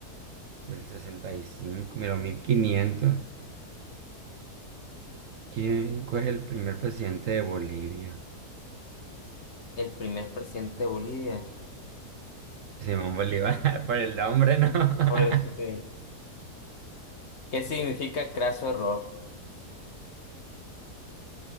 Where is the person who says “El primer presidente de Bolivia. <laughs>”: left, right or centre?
Left